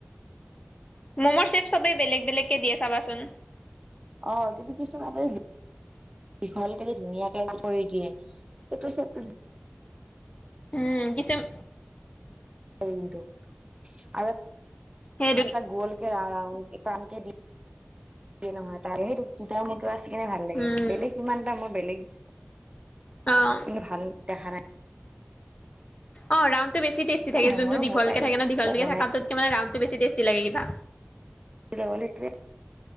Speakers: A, on the left; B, on the right.
A: ম'মৰ চেপ চবেই বেলেগ বেলেগকে দিয়ে চাবাচোন
B: অ কিন্তু কিছুমানে দীঘল কে ধুনীয়াকে কৰি দিয়ে সেইটো চেপ
A: উম কিছুম
B: কিন্তু আৰু এটা
A: সেইটো
B: গল কে ৰা ৰাউণ্ডকে দিয়ে নহয় তাৰেহে দুটা মই কিবা সেকানে ভাল লাগে
A: উম
B: বেলেগ ইমান এটা মই বেলেগ
A: অ
B: কিন্তু ভাল দেখা নাই
A: অ ৰাউণ্ডটো বেছি টেষ্টি থাকে
B: মমৰো
A: যোনটো দীঘলকে
B: বহুত ষ্টাইল
A: থাকে
B: আছে
A: ন দীঘলকে
B: বাচ বনাই
A: থাকাটোকে মানে ৰাউণ্ডটো বেছি টেষ্টি লাগে কিবা
B: দুটা গ'ল সেইটোৱে